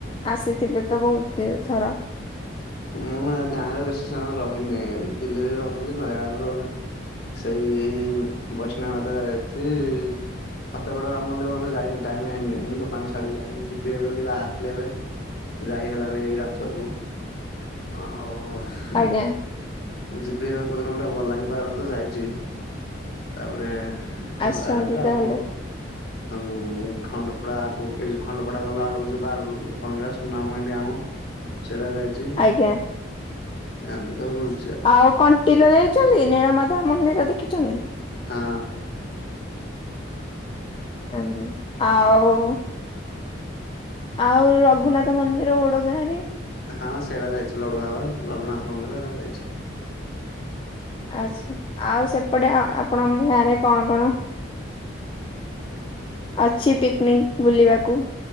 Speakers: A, on the left; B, on the left.
A: ଆସିଥିବେ ତ ବୋହୁତ୍ ତେ ଥର।
B: ଉହୁଁ, ମୁଁ ମାଁ ଗାଁରେ ବେଶୀ ମୟ ରହିନି, ଦିଲ୍ଲୀରେ ରୋହୁଥିଲି ନୟାଗଡରେ ରହୁଥି ସେଇ ବୈଷ୍ଣବ ମାାତ ଜା ଯାଇଛି। ଖତେଗଡ଼ା ରାମନ୍ଦିର ମାନେ ଯାଇନିଇମ ହେଇନି ଦୋକାନ ଛାଡିକି ଯାଇନି ଯବେ ହାତେବେ। ଯାଇ ହେଲାନେଇଁ ଏଇ ଗାଧି ଛକକୁ ଆଉ-
A: ଆଜ୍ଞା।
B: ଯିପି ଏଫ ପୋଗ୍ରାମ୍ ଟା ଭଲ ଲାଗେ, ପାର୍କ ତ ଯାଇଛି ତାପରେ
A: ଆସିଛନ୍ତି
B: ନା ରାର୍ଡା ଆଉ
A: ତାହେଲେ
B: କଣ ହୁଁ? ଖଣ୍ଡପଡା ଆଗୁ ଏଇ ଯୋଉ ଖଣ୍ଡପଡା ଗଲା ବେଳୁକୁ ଯୋଉ ବାଲୁ କଣ କି ସେଟା ସୁନାମୁହିଁ ଡ୍ୟାମ ସେଟା ଯାଇଚି।
A: ଆଜ୍ଞା।
B: ଗାନ୍ଧୀ ସାବୁ ବୁଲ୍
A: ଆଉ କଣ୍ଟିଲୋ ଯାଇଚ଼ନ୍ତି? ନୀଳମାଧଵ ମନ୍ଦିର ଦେଖିଚ଼ନ୍ତି?
B: ହଁ।
A: ହୁଁ ଆଉ ଆଉ ରଘୁନାଥ ମନ୍ଦିର ଓୋଡ ଗାଁ ରେ?
B: ହଁ ସେଇଗୁଡା ଯାଇଛି ଲଡୁଆବାର, ଲଘୁନାଥ ମନ୍ଦିର ଏଗୁରା ଯାଇଛି।
A: ଆଚ୍ଛା ଆଉ ସେପଟେ ଆ ଆପଣଙ୍କ ଗାଁରେ କଣ କଣ ଅଛି ପିକନିଙ୍ଗ ବୁଲିବାକୁ